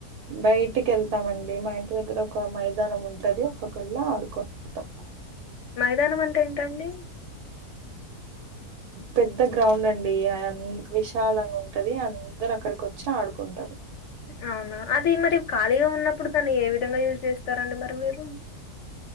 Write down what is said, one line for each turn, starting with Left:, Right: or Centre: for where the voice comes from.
Right: బైటికి ఎళ్తామండి మా ఇంటి దగ్గర ఒక మైదానం ఉన్ టది అక్కడ్ కెళ్ళ ఆడుకోల్ తప్
Left: మైదానం అంటే ఏంటండి
Right: పెద్ద గ్రౌండ్ అండి అన్ విశాలంగ ఉంటది అందరు అక్కడికి వొచ్చి ఆడుకుంటారు
Left: అవునా అది మరి ఖాళీగా ఉన్నప్పుడు దన్ని ఏ విధంగా యూజ్ జేస్తారండి మర మీరు